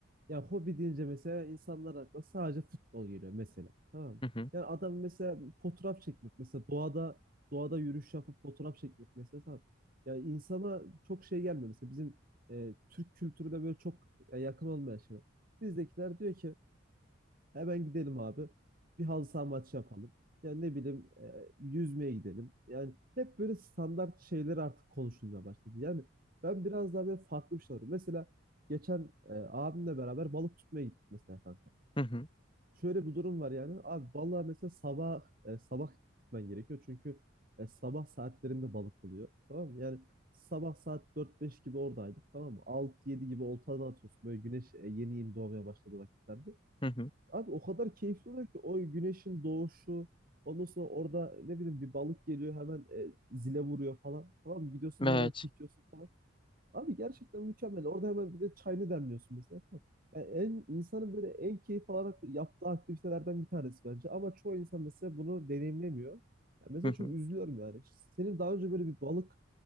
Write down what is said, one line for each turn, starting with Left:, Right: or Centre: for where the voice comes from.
Right: ya hobi deyince mesela insanlar aklına sadece futbol geliyor mesela. Tamam mı?
Left: Hı hı,
Right: Yani adam mesela fotoğraf çekmek mesela doğada doğada yürüyüş yapıp fotoğraf çekmek mesela tamam. Yani insana çok şey gelmiyor mesela bizim e, Türk kültürüne böyle çok e, yakın olmayan şeyler. Bizdekiler diyor ki Hemen gidelim abi. Bir halı saha maçı yapalım. Yani ne bileyim e, yüzmeye gidelim. Yani hep böyle standart şeyler artık konuşulmaya başladı. Yani ben biraz daha böyle farklı bir şey arıyorum. Mesela geçen e, abimle beraber balık tutmaya gittik mesela kanka.
Left: hı hı,
Right: Şöyle bir durum var yani. Abi balığa mesela sabah e, sabah gitmen gerekiyor. Çünkü e, sabah saatlerinde balık oluyor. Tamam mı? Yani sabah saat dört beş gibi oradaydık. Tamam mı? 6 yedi gibi oltadan atıyorsun. Böyle güneş e, yeni yeni doğmaya başladı vakitlerde.
Left: hı hı.
Right: Abi o kadar keyifli oluyor ki o güneşin doğuşu ondan sonra orada ne bileyim bir balık geliyor hemen e, zile vuruyor falan. Tamam mı? Gidiyorsun
Left: Evet.
Right: hemen çekiyorsun falan. Abi gerçekten mükemmel. Orada hemen bir de çayını demliyorsun mesela. Tamam. Yani en insanın böyle en keyif alarak yaptığı aktivitelerden bir tanesi bence. Ama çoğu insan mesela bunu deneyimlemiyor. Yani mesela
Left: Hı hı.
Right: çok üzülüyorum yani. Senin daha önce böyle bir balık